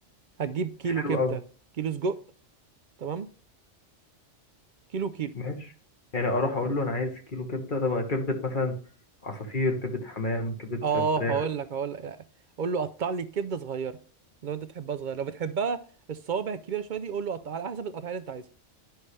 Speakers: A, on the right; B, on the left.
A: هتجيب كيلو
B: حلو
A: كبده
B: قوي
A: كيلو سجق تمام كيلو كيلو
B: ماشي يعني اروح اقول له انا عايز كيلو كبده طب كبده مثلا عصافير كبده حمام كبده
A: اه
B: فراخ
A: هقول لك هقول لك قول له قطع لي الكبده صغيره لو انت تحبها صغيره لو بتحبها الصوابع الكبيره شويه دي قول له قطع على حسب القطعيه اللي انت عايزها